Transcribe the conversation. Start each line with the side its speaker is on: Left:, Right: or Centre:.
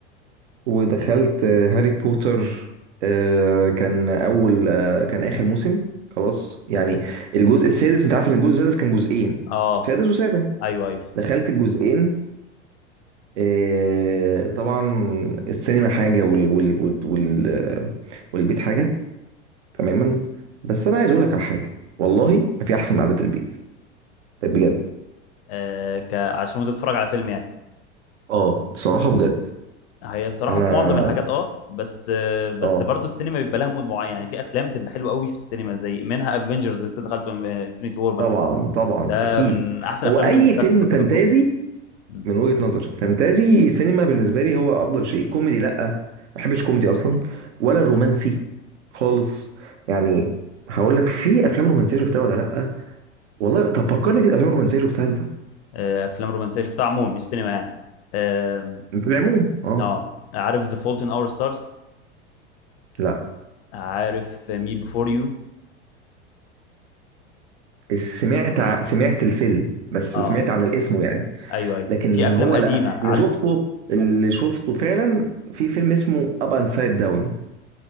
Right: ودخلت آه، هاري بوتر آه، كان اول آه، كان اخر موسم خلاص يعني الجزء السادس انت عارف ان الجزء السادس كان جزئين
Left: اه
Right: سادس وسابع
Left: ايوه ايوه
Right: دخلت الجزئين آه، طبعا السينما حاجه وال وال وال وال- آه، والبيت حاجه تماما بس انا عايز اقول لك على حاجه والله ما في احسن من قعده البيت بجد
Left: آه ك... عشان وانت بتتفرج على فيلم يعني
Right: اه بصراحه بجد
Left: هي الصراحة
Right: انا
Left: في معظم الحاجات اه بس آه بس
Right: اه
Left: برضه السينما بيبقى لها مود معين يعني في افلام تبقى حلوة قوي في السينما زي منها افنجرز اللي انت دخلته انفينيتي وور مثلا
Right: طبعا طبعا
Left: آه،
Right: اكيد
Left: من احسن
Right: هو
Left: الافلام
Right: اي
Left: اللي
Right: فيلم
Left: اتاخدت
Right: فانتازي
Left: كتجربة مم.
Right: من وجهة نظري فانتازي سينما بالنسبه لي هو افضل شيء كوميدي لا ما بحبش كوميدي اصلا ولا الرومانسي خالص يعني هقول لك في افلام رومانسيه شفتها ولا لا والله طب فكرني كده افلام رومانسيه شفتها انت
Left: آه، افلام رومانسيه شفتها عموما مش سينما يعني آم،
Right: في العموم اه
Left: اه عارف ذا فولت ان اور ستارز
Right: لا
Left: عارف مي بيفور يو
Right: سمعت ع- سمعت الفيلم بس
Left: اه
Right: سمعت عن الاسم يعني
Left: ايوه ايوه
Right: لكن
Left: في
Right: هو
Left: افلام قديمه
Right: لا
Left: عارف
Right: اللي شفته اللي
Left: مم.
Right: شفته فعلا في فيلم اسمه اب اند سايد داون